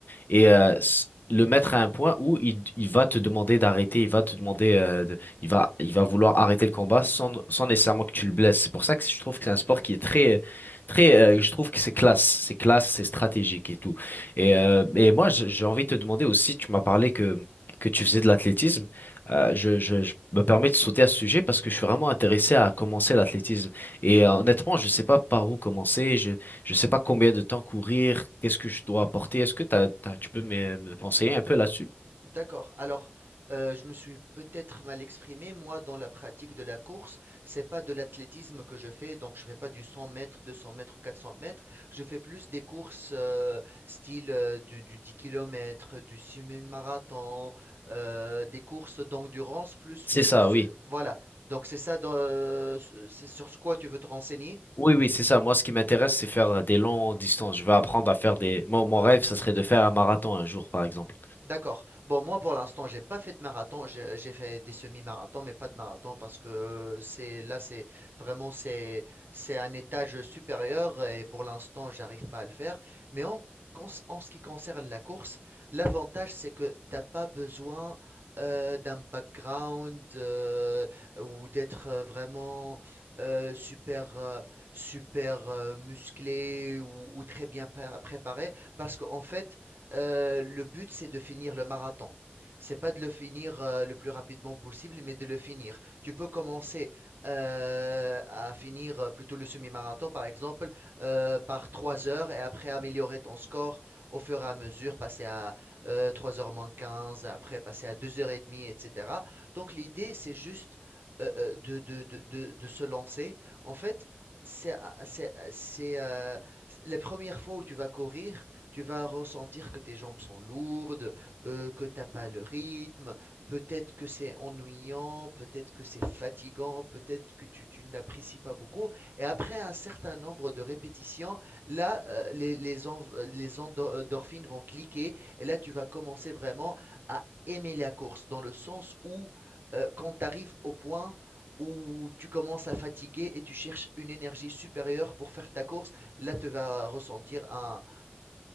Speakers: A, on the left; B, on the right.
A: et euh, s- le mettre à un point où il, il va te demander d'arrêter, il va te demander, euh, de, il va, il va vouloir arrêter le combat sans, sans nécessairement que tu le blesses. C'est pour ça que je trouve que c'est un sport qui est très, très, euh, je trouve que c'est classe, c'est classe, c'est stratégique et tout. Et, euh, et moi, j'ai j'ai envie de te demander aussi, tu m'as parlé que que tu faisais de l'athlétisme. Euh, je, je, je me permets de sauter à ce sujet parce que je suis vraiment intéressé à commencer l'athlétisme. Et euh, honnêtement, je sais pas par où commencer. Je, je sais pas combien de temps courir, qu'est-ce que je dois apporter. Est-ce que t'as, t'as- tu peux me, me conseiller un peu là-dessus?
B: D'accord. Alors, heu, je me suis peut-être mal exprimé. Moi, dans la pratique de la course, c'est pas de l'athlétisme que je fais, donc je fais pas du cent mètres, deux 200 mètres ou 400 mètres. Je fais plus des courses, heu, style, heu, du du 10 km, du semi-marathon, heu, des courses d'endurance plus,
A: C'est ça,
B: heu, su
A: oui.
B: voilà. Donc c'est ça dans, heu, c'est sur ce quoi tu veux te renseigner?
A: Oui, oui, c'est ça. Moi, ce qui m'intéresse, c'est faire des longues distances. Je veux apprendre à faire des... Mon, mon rêve, ça serait de faire un marathon un jour, par exemple.
B: D'accord. Bon, moi, pour l'instant, j'ai pas fait de marathon. J'ai j'ai fait des semi-marathons, mais pas de marathon parce que c'est là, c'est vraiment c'est c'est un étage supérieur et pour l'instant, j'arrive pas à le faire. Mais en cons- en ce qui concerne la course, l'avantage, c'est que t'as pas besoin euh, d'un background euh, ou d'être euh, vraiment euh, super euh, super euh, musclé ou, ou très bien par- préparé parce qu'en fait euh, le but, c'est de finir le marathon. C'est pas de le finir euh, le plus rapidement possible, mais de le finir. Tu peux commencer euh, à finir euh, plutôt le semi-marathon, par exemple, euh, par trois heures et après améliorer ton score au fur et à mesure, passer à euh, 3 heures moins 15, après passer à 2 heures et demie, etc. Donc l'idée, c'est juste euh, euh, de, de, de, de, de se lancer. En fait, c'est, c'est, c'est, euh, la première fois où tu vas courir, tu vas ressentir que tes jambes sont lourdes, euh, que t'as pas le rythme, peut-être que c'est ennuyant, peut-être que c'est fatigant, peut-être que tu, tu ne l'apprécies pas beaucoup. Et après un certain nombre de répétitions, là, euh, les, les, env- les endorphines vont cliquer et là, tu vas commencer vraiment à aimer la course, dans le sens où euh, quand tu arrives au point où tu commences à fatiguer et tu cherches une énergie supérieure pour faire ta course, là tu vas ressentir un,